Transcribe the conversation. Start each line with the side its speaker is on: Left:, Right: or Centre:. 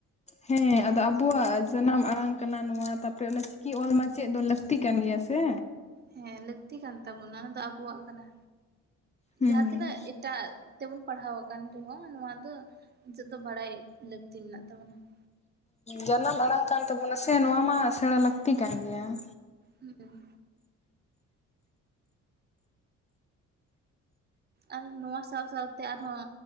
Left: ᱦᱮᱸ ᱟᱫᱚ ᱟᱵᱚᱣᱟᱜ ᱡᱟᱱᱟᱢ ᱟᱲᱟᱝ ᱠᱟᱱᱟ ᱱᱚᱣᱟ ᱛᱟᱯ ᱨᱮ ᱚᱱᱮ ᱪᱤᱠᱤ ᱚᱞ ᱢᱟ ᱪᱮᱫ ᱫᱚ ᱞᱟᱹᱠᱛᱤ ᱠᱟᱱ ᱜᱮᱭᱟ ᱥᱮ?
Right: ᱦᱮᱸ ᱞᱟᱹᱠᱛᱤ ᱠᱟᱱ ᱛᱟᱵᱚᱱᱟ ᱚᱱᱟ ᱫᱚ ᱟᱵᱚᱣᱟᱜ ᱠᱟᱱᱟ᱾
Left: ᱦᱩᱸ
Right: ᱡᱟᱦᱟᱸ ᱛᱤᱱᱟᱹᱜ ᱮᱴᱟᱜ ᱛᱮᱵᱚᱱ ᱯᱟᱲᱦᱟᱣ ᱟᱠᱟᱱ ᱨᱮᱦᱚᱸ ᱱᱚᱣᱟ ᱫᱚ ᱫᱚ ᱵᱟᱲᱟᱭ ᱞᱟᱹᱠᱛᱤ ᱢᱮᱱᱟᱜ ᱛᱟᱵᱚᱱᱟ ᱾
Left: ᱡᱟᱱᱟᱢ ᱟᱲᱟᱝ ᱠᱟᱱ ᱛᱟᱵᱚᱱᱟ ᱥᱮ ᱱᱚᱣᱟ ᱢᱟ ᱥᱮᱬᱟ ᱞᱟᱹᱠᱛᱤ ᱠᱟᱱ ᱜᱮᱭᱟ ᱾
Right: ᱦᱮᱸ ᱟᱨ ᱱᱚᱣᱟ ᱥᱟᱶ ᱥᱟᱶᱛᱮ ᱟᱨᱦᱚᱸ